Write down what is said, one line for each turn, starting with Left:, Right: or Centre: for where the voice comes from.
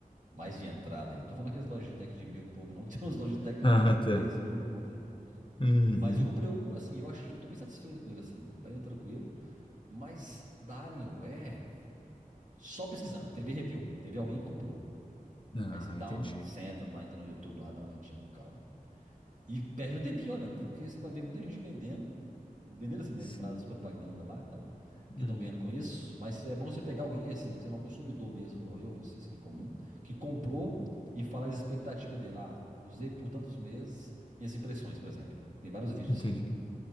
Right: Mais de entrada aí. Não tô falando aqueles Logitech de mil e pouco, não. <laughs> Tem uns Logitech
Left: Ah,
Right: de quase
Left: tá.
Right: 3 mil conta aí.
Left: Uhum.
Right: Mas eu comprei um, assim, eu acho, eu tô bem satisfeito com ele, assim, bem tranquilo. Mas da Alienware, só pesquisando, teve review, teve alguém que comprou.
Left: Ah,
Right: Aí você dá
Left: entendi.
Right: uma, senta lá, entra no YouTube lá, dá uma olhadinha com calma. E perde um tempinho olhando, viu? Porque você vai ver muita gente vendendo, vendendo assim, né?
Left: Sim.
Right: Que faz propaganda lá e tal,
Left: Uhum.
Right: que estão ganhando com isso. Mas é bom você pegar alguém, assim, sei lá, um consumidor mesmo, igual eu, você, assim, em comum, que comprou e fala as expectativas dele. Ah, usei por tantos meses minhas impressões, por exemplo. Tem vários vídeos
Left: Entendi.
Right: assim.